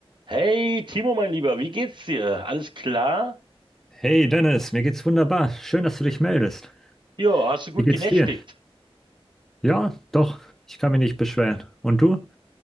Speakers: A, on the right; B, in the centre.
A: Hey Timo, mein Lieber, wie geht's dir? Alles klar?
B: Hey Dennis, mir geht's wunderbar. Schön, dass du dich meldest.
A: Ja, hast du gut
B: Wie geht's
A: genächtigt?
B: dir? Ja, doch, ich kann mich nicht beschweren. Und du?